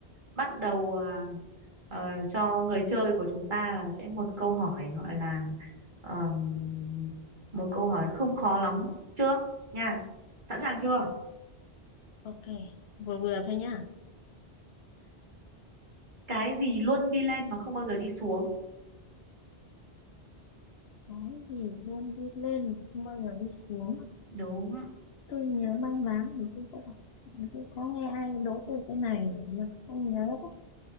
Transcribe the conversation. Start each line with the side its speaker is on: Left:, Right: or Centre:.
Right: bắt đầu à, ờ, cho người chơi của chúng ta là sẽ một câu hỏi gọi là ờm, một câu hỏi không khó lắm trước nha sẵn sàng chưa
Left: ừ, ok vừa vừa thôi nhá
Right: cái gì luôn đi lên mà không bao giờ đi xuống
Left: có gì luôn đi lên mà không bao giờ đi xuống
Right: đúng
Left: tôi nhớ mang máng thì tôi có đọc Thì tôi có nghe ai đố tôi cái này mà tôi không nhớ đó.